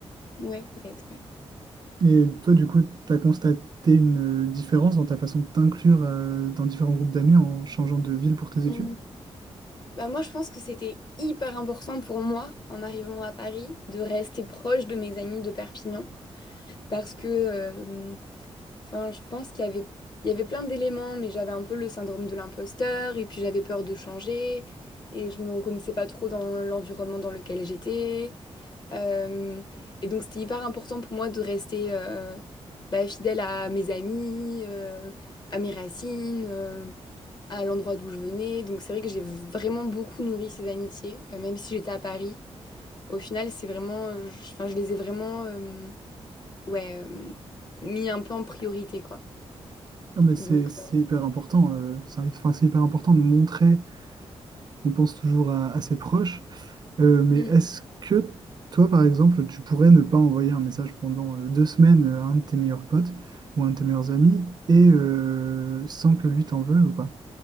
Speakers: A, on the left; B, on the right.
A: Ouais, peut-être,
B: Et toi, du coup, tu as constaté une euh, différence dans ta façon de t'inclure euh, dans différents groupes d'amis en changeant de ville pour tes études?
A: ouais. Bah moi, je pense que c'était hyper important pour moi, en arrivant à Paris, de rester proche de mes amis de Perpignan. Parce que, euh, enfin, je pense qu'il y avait, il y avait plein d'éléments, mais j'avais un peu le syndrome de l'imposteur, et puis j'avais peur de changer, et je me reconnaissais pas trop dans l'environnement dans lequel j'étais. Euh, et donc, c'était hyper important pour moi de rester euh, bah, fidèle à mes amis, euh, à mes racines. euh, à l'endroit d'où je venais. Donc c'est vrai que j'ai vraiment beaucoup nourri ces amitiés, euh, même si j'étais à Paris. Au final, c'est vraiment, euh, je, enfin, je les ai vraiment, euh, ouais, euh, mis un peu en priorité, quoi.
B: Ah, mais c'est
A: Donc,
B: c'est
A: euh,
B: hyper important. euh, c'est enfin, c'est hyper important de montrer qu'on pense toujours à, à ses proches. Euh, mais
A: mm.
B: est-ce que toi, par exemple, tu pourrais ne pas envoyer un message pendant euh, deux semaines à un de tes meilleurs potes ou un de tes meilleurs amis et euh, sans que lui t'en veuille ou pas?